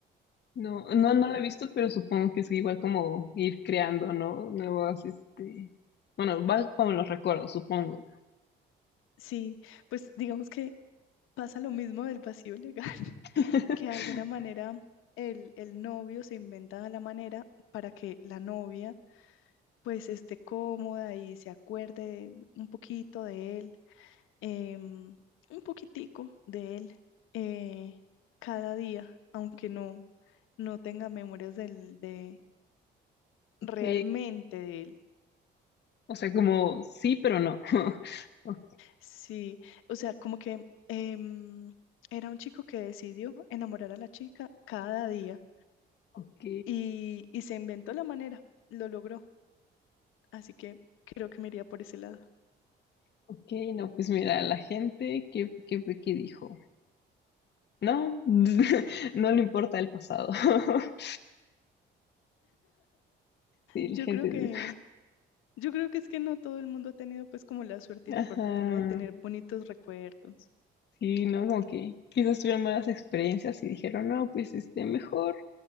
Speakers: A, on the left; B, on the left.
A: No, no, no lo he visto, pero supongo que es igual como ir creando, ¿no? Nuevos, este... Bueno, va con los recuerdos, supongo.
B: Sí, pues digamos que pasa lo mismo del vacío legal, <laughs>
A: <laughs>
B: que de alguna manera el, el novio se inventa la manera para que la novia pues esté cómoda y se acuerde un poquito de él, em, un poquitico de él eh, cada día, aunque no, no tenga memorias del, de
A: Ok,
B: realmente de él.
A: o sea, como sí, pero no. <laughs> O-
B: Sí, o sea, como que em, era un chico que decidió enamorar a la chica cada día
A: Ok,
B: y, y se inventó la manera, lo logró, así que creo que me iría por ese lado.
A: ok, no, pues mira, la gente, ¿qué, qué, fue que dijo? No, <laughs> no le importa el pasado. <laughs> Sí, la
B: Yo
A: gente
B: creo que,
A: dice,
B: yo creo que es que no todo el mundo ha tenido pues como la suerte y
A: ajá,
B: la fortuna de tener bonitos recuerdos,
A: sí, no, como que quizás tuvieron malas experiencias y dijeron, no, pues este, mejor,